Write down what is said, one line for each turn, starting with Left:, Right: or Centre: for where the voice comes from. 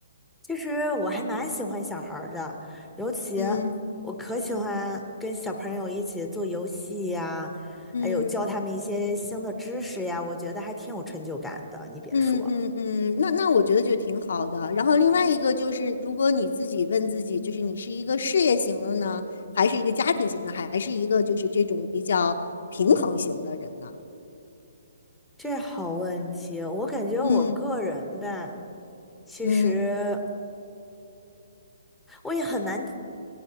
Centre: 其实我还蛮喜欢小孩儿的，尤其
Left: 嗯
Centre: 我可喜欢跟小朋友一起做游戏呀，
Left: 嗯。
Centre: 还有教他们一些新的知识呀，我觉得还挺有成就感的。你别说，
Left: 嗯嗯嗯，那那我觉得就挺好的。然后另外一个就是，如果你自己问自己，就是你是一个事业型的呢，还是一个家庭型的，还是一个就是这种比较平衡型的人呢？
Centre: 这好问题，我感觉我个人吧，
Left: 嗯
Centre: 其实
Left: 嗯
Centre: 我也很难。